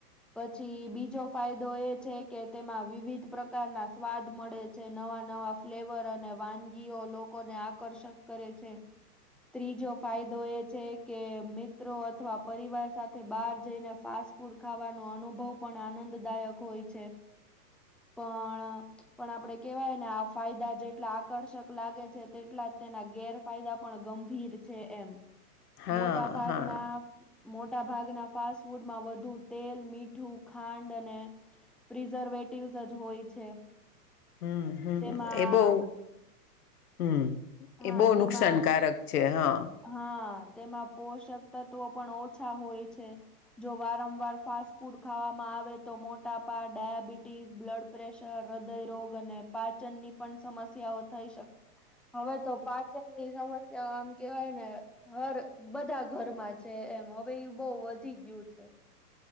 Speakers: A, in the centre; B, on the left (about 65°).
A: પછી બીજો ફાયદો એ છે કે તેમાં વિવિધ પ્રકારના સ્વાદ મળે છે. ન વા નવા ફ્લેવર અને વાનગીઓ લોકોને આકર્ષક કરે છે. ત્રીજો ફાયદો એ છે કે મિત્રો અથવા પરિવાર સાથે બહાર જઈને ફા સ્ટ ફૂડ ખાવાનો અનુભવ પણ આનંદદાયક હોય છે. પણ પણ આપડે કેવાય ને આ ફાયદા જે એટલા આકર્ષક લાગે છે તેટલા જ તેના ગેરફાયદા પણ ગંભીર છે એમ.
B: હા
A: મોટા ભાગના
B: હા
A: મોટા ભાગના ફાસ્ટ ફૂડમાં વધુ તેલ મીઠું ખાંડ અને પ્રિઝર્વે ટીવઅજ હોય છે.
B: હમ્મ હમ્મ.
A: તેમાં
B: એ બહુ હમ્મ
A: હા
B: એ બહુ નુકસાનકારક
A: તેમાં
B: છે હા
A: હા. તેમાં પોષક તત્વો પણ ઓછા હોય છે. જો વારંવાર ફાસ્ટ ફૂડ ખાવામાં આવે તો મોટા પા ડાયાબિટીસ, બ્લડ પ્રેશર, હૃદયરોગ અને પાચનની પણ સમ સ્યાઓ થઈ શકે હવે સક. હવે તો પાચનની સમસ્યા આમ કેવાય ને હર બધા ઘરમાં છે એમ. હવે એ બહ વધી ગયું છે.